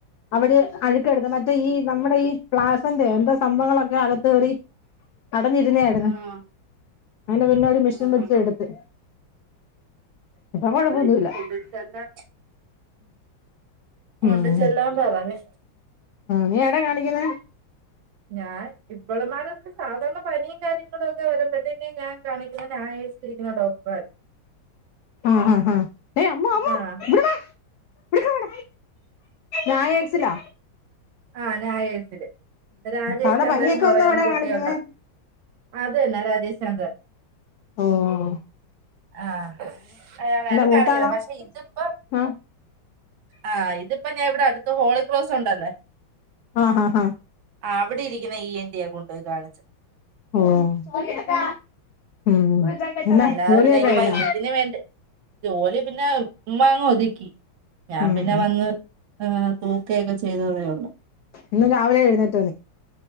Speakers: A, on the left; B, on the right.
A: അവര് അഴുക്ക് എടുത്തുമാറ്റി - മറ്റേ ഈ നമ്മുടെ പ്ലാസന്റെ ഈ എന്താ സംഭവങ്ങളൊക്കെ അകത്ത് കറി. കടന്നിരുന്നായിരുന്നു
B: ആഹ്
A: അന്റെ പിന്നെ ഒരു മെഷീൻ
B: ആഹ്
A: വെച്ച എടുത്ത്. അപ്പൊ കൊഴപ്പൊന്നുല്ല.
B: അതാ ഇനി കൊണ്ട് ചെല്ലാൻ കൊണ്ട്
A: ഉഉം
B: ചെല്ലാൻ പറഞ്ഞ്
A: നീ എടാ കാണിക്കുന്നേ?
B: ഞാൻ ഇപ്പോളമാരൊക്കെ സാധാരണ പനിയും കാര്യങ്ങളും ഒക്കെ വരുമ്പോഴ്ത്തെക്കും ഞാൻ കാണിക്കുന്ന നയേസിലിരിക്കുന്ന ഡോക്ടർ
A: ആഹ് ആഹ് ഹഹ് ഏയ് അമ്മു അമ്മു
B: ആഹ്
A: ഇവടെ വാ ിക്കട ഞായടിച്ചിലാ <unintelligible>
B: ആഹ രായേഴ്സില് രാജേഷ്
A: അവിടെ
B: ചന്ദ്രന്ന്
A: പനിയൊക്കെ വന്നാ
B: പറയുന്ന
A: എവിടാ
B: കുട്ടികൾടെ.
A: കാണിക്കുന്നെ
B: അതന്നെ രാജശ് ചന്ദ്ര.
A: ഓ ഓ
B: ആ അയാലായാണ്
A: മൂത്താളാ
B: കാണിക്കുന്നെപക്ഷെ പ്പോ
A: ആ
B: ആഹ് ഇതിപ്പോ ഞാൻ ഇവിടെ അടുത്ത ഹോളിക്രോസ് ഉണ്ടല്ലേ.
A: ആ ഹഹ് ഹഹ്
B: ആ അവിടെ ഇരിക്കുന്ന ഇ, എൻ, ഡി, ആ കൊണ്ടോയി കാണിക്കുന്നേ.
A: ഹ <inaudible> ഉം അല്ല
B: അല്ലാതെ
A: ജോലിയക്കെ
B: പിന്നെ ഇനി
A: കയിഞ്ഞോ?
B: പയ്യത്തിന് വേണ്ടേ ജോലി പിന്നെ ഉമ്മങ്ങ് ഒതുകി.. ഞാൻ
A: ഉം
B: പിന്നെ
A: ഉം
B: വന്ന് തൂക്കയൊക്കെ ചെയ്ത്ന്നെഉള്ളൂ.
A: ഇന്ന് രാവിലെ എഴുന്നേറ്റത്.